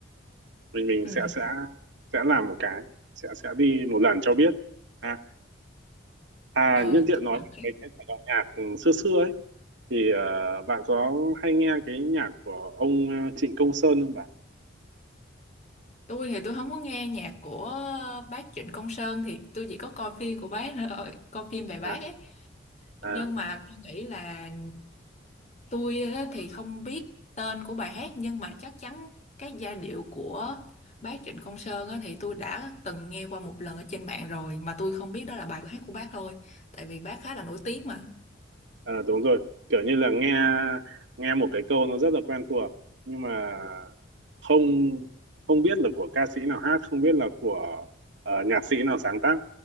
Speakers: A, on the right (about 70°); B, on the left (about 35°).
A: mình mình
B: ừ
A: sẽ sẽ sẽ làm một cái sẽ sẽ đi một lần cho biết à à
B: ờ,
A: nhân tiện
B: tôi
A: nói
B: nghĩ-
A: về cái cái thể loại nhạc ừ, xưa xưa ấy thì ờ, bạn có hay nghe cái nhạc của ông ờ, Trịnh Công Sơn không bạn
B: tôi thì tôi không có nghe nhạc của bác Trịnh Công Sơn thì tôi chỉ có coi phim của bác thôi coi phim về bác
A: à,
B: ấy
A: à,
B: nhưng mà tôi nghĩ là tôi á thì không biết tên của bài hát nhưng mà chắc chắn các giai điệu của bác Trịnh Công Sơn á thì tôi đã từng nghe qua một lần ở trên mạng rồi mà tôi không biết đó là bài hát của bác thôi tại vì bác khá là nổi tiếng mà
A: à đúng rồi kiểu như là nghe nghe một cái câu nó rất là quen thuộc nhưng mà không không biết là của ca sĩ nào hát không biết là của ờ, nhạc sĩ nào sáng tác